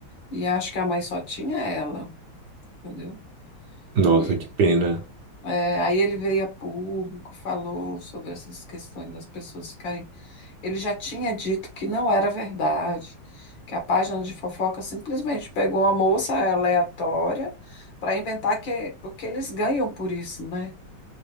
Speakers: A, on the left (about 70°); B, on the right (about 60°).
A: E acho que a mãe só tinha ela, entendeu?
B: Nossa,
A: E,
B: que pena.
A: é, é, aí ele veio a público, falou sobre essas questões das pessoas ficarem. Ele já tinha dito que não era verdade, que a página de fofoca simplesmente pegou uma moça aleatória para inventar que. Porque eles ganham por isso, né?